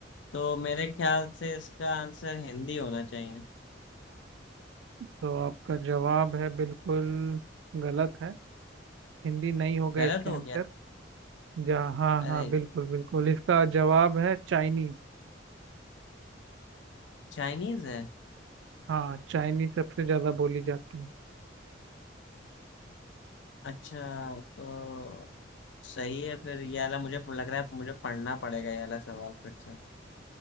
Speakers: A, on the left; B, on the right.
A: तो मेरे ख्याल से इसका आंसर हिंदी होना चाहिए
B: तो आपका जवाब है बिल्कुल गलत है हिंदी नहीं होगा
A: गलत
B: इसका
A: हो
B: आंसर
A: गया
B: जहाँ हाँ
A: अरे
B: हाँ बिल्कुल बिल्कुल इसका जवाब है चाइनीज
A: चाइनीज है
B: हाँ चाइनीज सबसे ज्यादा बोली जाती है
A: अच्छा तो सही है फिर ये वाला मुझे लग रहा है मुझे पढ़ना पड़ेगा ये वाला सवाल फिर से